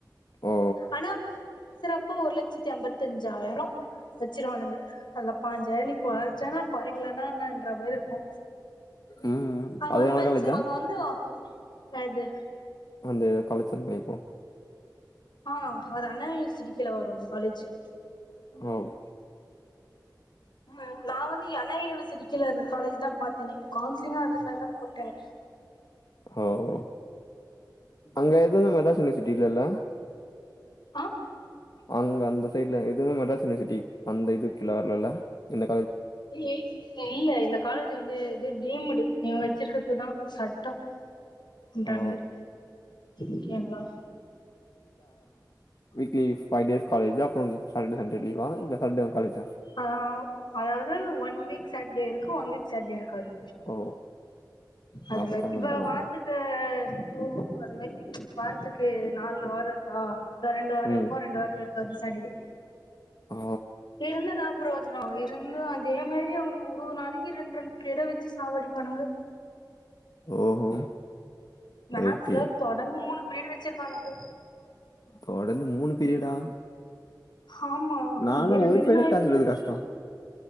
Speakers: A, on the left (about 60°); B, on the left (about 90°).
A: ஓ
B: ஆனா சிறப்பா ஒரு லட்சத்தி ஐம்பத்தஞ்சாயிரோ வெச்சிருவானுங்க அதுல பாஞ்சாயிர நீ கொறைச்சனா கொறைக் இல்லனா என்னன்ற மாரி இருக்கு
A: ம்
B: அவே
A: அது
B: வந்து
A: நல்ல
B: மெஸ்சு
A: காலேஜா
B: அங்க வந்து அ அது
A: ஆந்தே கலெக்ஷன் ராயப்புரோ
B: ஆ ஹர அண்ணா யுனிவர்சிட்டி கீழ வரும் அந்த காலேஜூ
A: ஆம்
B: நா நா வந்து எண்ணா யூனிவர்சிட்டி கீழருந் காலேஜ் தா பாத் தனே கவுன்சிலிங்கு அதுல தா போட்டனே
A: ஹவ் அங்க இல் இதுவுமே மெட்ராஸ் யுனிவர்சிட்டி இல்லல
B: அ
A: அங்க அந்த சைடுல இதுவு மெட்ராஸ் யுனிவர்சிட்டி அந்த இது கீழ வர்லல இந்த
B: <unintelligible> இல்ல இந்தக் காலேஜ் வந்து இது டீம்டு நீ வச்சிற்க்கறது தா சட்டோ உண்டான்
A: ஓ
B: மரி ஓகேங்ளா
A: வீக்லீஃப் ஃபைவ் டேஸ் காலேஜு அப்றுன் சாட்டர்டே சண்டே லீவா இல்ல சண்டேவு காலேஜா
B: அ உ அதாவது ஒன் வீக் சட்டே இருக்கும் ஒன் வீக் சட்டேருக்காது
A: ஓ
B: அது
A: நா படிச்ச
B: மரி
A: மாரி
B: இப்ப
A: தானா
B: வாரத்துக்கு டூ அது மெரி வாரத் துக்கு நாலு வாரத் ஆ இன்னு ரெண்டு வாரோ
A: ம்
B: இருக்கும் ரெண்டு வாரோ இருக்காது சாட்டடே
A: ஆ
B: இருந்து என்ன ப்ரோஜ் இத்னோ இருந்தும் அதே மாரி அவனுங்க ஒரு ஒரு நாளைக்கி ரெண் ரெண்டு பெறவச்சு சாவடிபானுங்க
A: ஓஹோ
B: மேக்ஸ்ல
A: ரைட்டு
B: தொடங்கு மூணு வீடு வச்சிருக்கானுங்க
A: தொடர்ந்து மூணு பீரியடா
B: ஹாமா
A: நாலா
B: கிறு
A: ஒரு
B: கிறுன்னு
A: பீரியடே
B: ஆய்ருது
A: கிளாஸ் எடுக்கறது
B: எனக்கு
A: கஷ்டோ